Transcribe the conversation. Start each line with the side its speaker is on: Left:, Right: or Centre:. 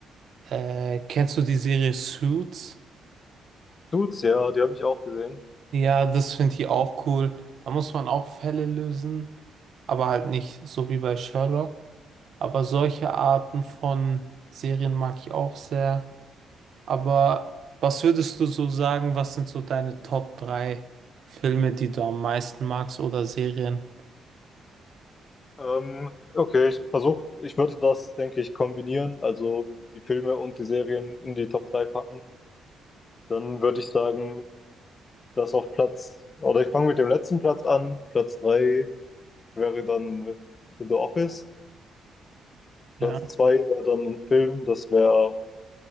Right: äh, kennst du die Serie Suits?
Left: Suits, ja, die habe ich auch gesehen.
Right: Ja, das finde ich auch cool. Da muss man auch Fälle lösen, aber halt nicht so wie bei Sherlock. Aber solche Arten von Serien mag ich auch sehr. Aber was würdest du so sagen, was sind so deine Top 3 Filme, die du am meisten magst oder Serien?
Left: Ähm, okay, ich versuche, ich würde das, denke ich, kombinieren, also die Filme und die Serien in die Top 3 packen. Dann würde ich sagen, Das auf Platz, oder ich fange mit dem letzten Platz an. Platz 3 wäre dann The Office.
Right: Ja.
Left: Platz 2 wäre dann ein Film, das wäre